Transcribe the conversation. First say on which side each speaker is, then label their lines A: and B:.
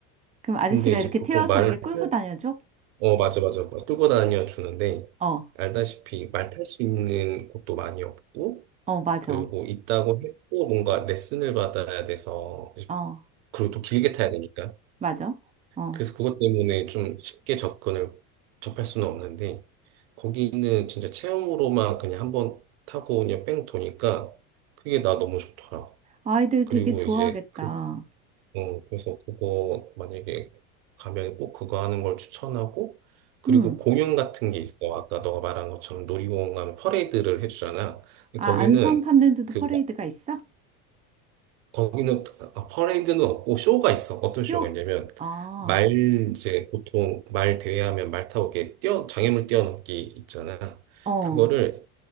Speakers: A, on the right; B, on the right.
A: 그럼 아저씨가
B: 근데 이제
A: 이렇게
B: 보통
A: 태워서
B: 말을
A: 이렇게
B: 탈,
A: 끌고 다녀줘?
B: 어, 맞아, 맞아. 맞아. 끌고 다녀 주는데
A: 어.
B: 알다시피 말 탈 수 있는 곳도 많이 없고
A: 어, 맞아.
B: 그리고 있다고 해도 뭔가 레슨을 받아야 돼서
A: 어,
B: 그리고 또 길게 타야 되니까
A: 맞아. 어.
B: 그래서 그것 때문에 좀 쉽게 접근을 접할 수는 없는데 거기는 진짜 체험으로만 그냥 한번 타고 그냥 뺑 도니까 그게 나 너무 좋더라고.
A: 아이들
B: 그리고
A: 되게 좋아하겠다.
B: 이제 그 어, 그래서 그거 만약에 가면 꼭 그거 하는 걸 추천하고 그리고
A: 음.
B: 공연 같은 게 있어. 아까 너가 말한 것처럼 놀이공원 가면 퍼레이드를 해주잖아. 근데
A: 아,
B: 거기는
A: 안성 팜랜드도
B: 그
A: 퍼레이드가 있어?
B: 거기는 아, 퍼레이드는 없고 쇼가 있어. 어떤
A: 쇼?
B: 쇼가 있냐면
A: 아,
B: 말 이제 보통 말 대회하면 말 타고 이렇게 뛰어 장애물 뛰어넘기 있잖아.
A: 어,
B: 그거를